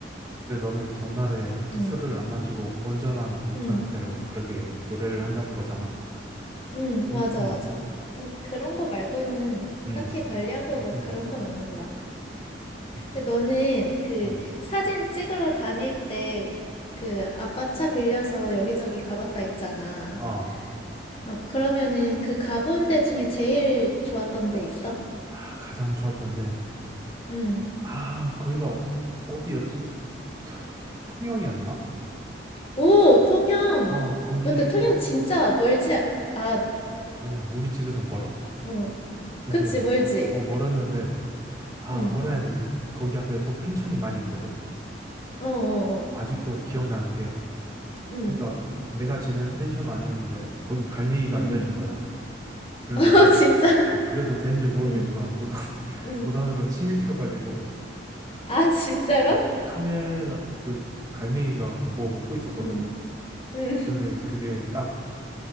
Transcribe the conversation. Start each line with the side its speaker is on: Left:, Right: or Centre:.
Right: 근데 너는 전날에 술을
Left: 응,
Right: 안 마시고 온전한 목
Left: 응,
Right: 상태로 그렇게 노래를 한다는 거잖아.
Left: 응,
Right: 음,
Left: 맞아,
Right: 음,
Left: 맞아. 응, 그런 거 말고는
Right: 음,
Left: 딱히 관리하고
Right: 음,
Left: 막 그런 건 없는 것 같아.
Right: 음,
Left: 근데 너는 그
Right: 음.
Left: 사진 찍으러 다닐 때 그 아빠 차 빌려서 여기저기 가봤다 했잖아.
Right: 아,
Left: 어, 그러면은 그 가본 데 중에 제일 좋았던 데 있어?
Right: 아, 가장 좋았던데.
Left: 응.
Right: 아, 거기가 어- 디였지 토- 통영이었나?
Left: 오, 통영!
Right: 아, 거기도
Left: 근데 통영 진짜 멀지, 아, 아,
Right: 아니야. 우리 집에선 멀어.
Left: 어.
Right: 근데
Left: 그치, 멀지.
Right: 어 멀었는데 아,
Left: 응,
Right: 뭐라 해야 되지? 거기 앞에 또 펜션이 많이 있거든.
Left: 어, 어, 어,
Right: 아직도 기억나는 게
Left: 응,
Right: 그러니까 내가 지낸 펜션 아니었는데 거기 갈매기가
Left: 응.
Right: 앉아 있는 거야. 그래서
Left: <laughs> 어, 진짜?
Right: 어 그래도 되는지 모르겠지만
Left: 응,
Right: 무단 <laughs>
Left: 응.
Right: 무단으로 침입해 가지고
Left: 아, 진짜로?
Right: 어, 카메라 그 갈매기가 그뭐 먹고 있었거든.
Left: 응, 응,
Right: 근데 그게 딱